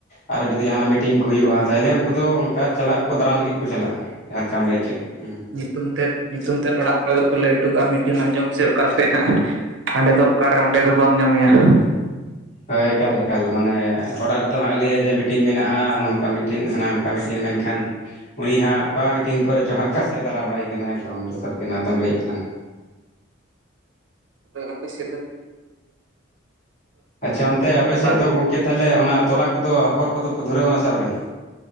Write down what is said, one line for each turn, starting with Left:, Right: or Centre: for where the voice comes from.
Left: ᱟᱨ ᱡᱩᱫᱤ ᱡᱟᱦᱟᱸᱱᱟᱜ ᱢᱤᱴᱤᱝ ᱠᱚ ᱦᱩᱭᱩᱜᱼᱟ ᱛᱟᱦᱚᱞᱮ ᱩᱱᱠᱩ ᱫᱚ ᱚᱱᱠᱟ ᱪᱟᱞᱟᱜ ᱟᱠᱚ ᱫᱟᱬᱟᱱ ᱞᱟᱹᱜᱤᱫ ᱠᱚ ᱪᱟᱞᱟᱜᱼᱟ ᱡᱟᱦᱟᱸ ᱞᱮᱠᱟᱢ ᱞᱟᱹᱭ ᱠᱮᱜ ᱦᱸ
Right: ᱧᱩᱛᱩᱢ ᱛᱮᱫ ᱧᱩᱛᱩᱢ ᱛᱮᱫ ᱚᱲᱟᱜ ᱠᱚᱨᱮ ᱞᱟᱹᱭ ᱦᱚᱴᱚ ᱠᱟᱜᱼᱟ ᱢᱤᱴᱤᱝ ᱟᱸᱡᱚᱢ ᱥᱮ ᱚᱠᱟ ᱥᱮᱫ ᱦᱟᱸᱜ ᱦᱟᱸᱰᱮ ᱫᱚ ᱚᱠᱟᱨᱮ ᱚᱸᱰᱮ ᱫᱚ ᱵᱟᱢ ᱧᱟᱢᱮᱭᱟ <inaudible>
Left: ᱦᱳᱭ ᱮᱠᱟᱞ ᱮᱠᱟᱞ ᱢᱟᱱᱮ ᱚᱲᱟᱜ ᱨᱮᱫᱚ ᱦᱟᱸᱜᱼᱮ ᱞᱟᱹᱭᱟ ᱡᱮ ᱢᱤᱴᱤᱝ ᱢᱮᱱᱟᱜᱼᱟ ᱱᱚᱝᱠᱟ ᱢᱤᱴᱤᱝ ᱦᱟᱱᱮᱸ ᱦᱟᱝᱠᱟ ᱢᱤᱴᱤᱝ ᱢᱮᱱᱠᱷᱟᱱ ᱩᱱᱤ ᱦᱟᱸᱜ ᱚᱠᱟ ᱢᱤᱴᱤᱝ ᱠᱚᱨᱮ ᱪᱚ ᱦᱟᱸᱜ ᱚᱠᱟ ᱥᱮᱫ ᱮ ᱫᱟᱬᱟ ᱵᱟᱲᱟᱭ ᱠᱟᱱᱟ ᱮᱫᱚᱢ ᱡᱚᱛᱷᱟᱛ ᱜᱮ ᱮᱠᱚᱢ ᱞᱟᱹᱭᱮᱛ ᱛᱟᱞᱟᱝᱟ
Right: ᱛᱚᱵᱮ ᱟᱯᱮ ᱥᱮ ᱫᱚ ᱾
Left: ᱟᱪᱪᱷᱟ ᱚᱱᱛᱮ ᱟᱯᱮ ᱥᱮᱫ
Right: ᱫᱟᱜ ᱫᱤᱱ
Left: ᱫᱚ ᱜᱚᱝᱠᱮ ᱛᱟᱦᱚᱞᱮ ᱚᱱᱟ ᱛᱚᱞᱟ ᱠᱚᱫᱚ ᱟᱯᱷᱚᱨ ᱠᱚᱫᱚ ᱯᱮ ᱫᱷᱩᱨᱟᱹᱣᱱᱟ ᱥᱮ ᱟᱹᱣᱨᱤ